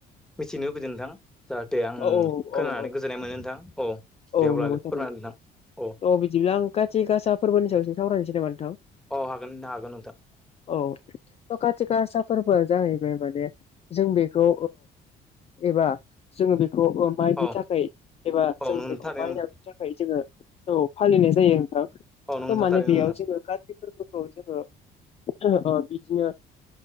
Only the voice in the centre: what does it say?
मिथिनो लुबैदों नोंथां जाहाथे आं खोनानानै
गोजोननाय मोनो नोंथां औ
दे अब्लालाय
फोरमायना नोंथां औ
औ हागोन हागोन नोंथां
औ
औ
नों
थारैनो
औ नंगौ
थारैनो
नोंथां